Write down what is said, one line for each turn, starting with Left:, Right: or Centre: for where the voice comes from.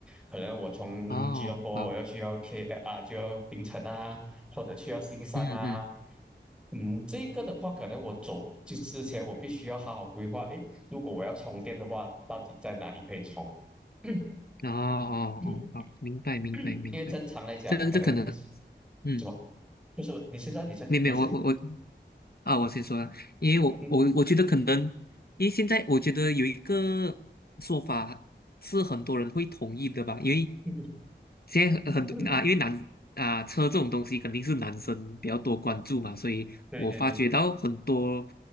Centre: 可能我从吉隆坡我要去到
Left: 哦好，
Centre: K 啊，就要槟城啊，或者去到新山啊。
Left: 嗯嗯，
Centre: 嗯，这个的话，可能我走就之前，我必须要好好规划。诶，如果我要充电的话，到底在哪里可以充？<coughs>
Left: 哦哦哦，
Centre: <clears throat>
Left: 好，明白明白明白，
Centre: 因为正常来讲，
Left: 这这可能，
Centre: 可能
Left: 嗯。
Centre: 怎么就是你先说，你先没事。
Left: 没有没有，我我我啊，我先说啊，因为我我我觉得可能，
Centre: 嗯
Left: 因为现在我觉得有一个说法是很多人会同意的吧，因为
Centre: 嗯
Left: 现在很很多啊，
Centre: 嗯，
Left: 因为男啊车这种东西肯定是男生比较多关注嘛，所以我发觉到很多
Centre: <laughs> 对对对，